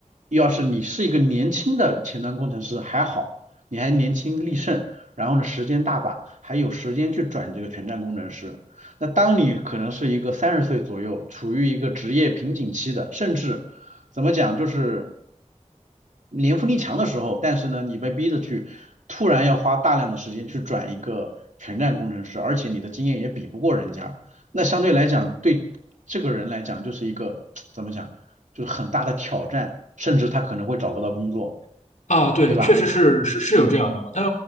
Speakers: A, on the right; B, on the left.
A: 要是你是一个年轻的前端工程师还好，你还年轻力盛，然后呢时间大把，还有时间去转这个全栈工程师。那当你可能是一个三十岁左右，处于一个职业瓶颈期的，甚至怎么讲，就是年富力强的时候，但是呢，你被逼着去突然要花大量的时间去转一个全站工程师，而且你的经验也比不过人家，那相对来讲，对这个人来讲就是一个 <tsk> 怎么讲，就是很大的挑战，甚至他可能会找不到工作，
B: 啊，对，
A: 对吧？
B: 确实是是是有这样的，但